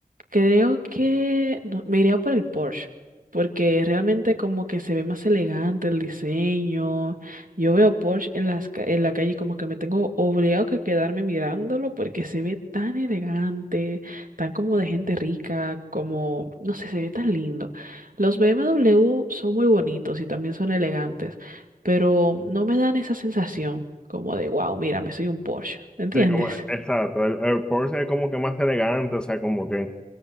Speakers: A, on the right; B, in the centre.
A: creo que no- me iría por el Porsche, porque realmente como que se ve más elegante el diseño. Yo veo Porsche en las, ca- en la calle como que me tengo obligado que quedarme mirándolo porque se ve tan elegante, tan como de gente rica, como, no sé, se ve tan lindo. Los BMW son muy bonitos y también son elegantes pero no me dan esa sensación como de, wow, mira me soy un Porsche, ¿entiendes?
B: Sí, como, exacto. El, el Porsche es como que más elegante, o sea, como que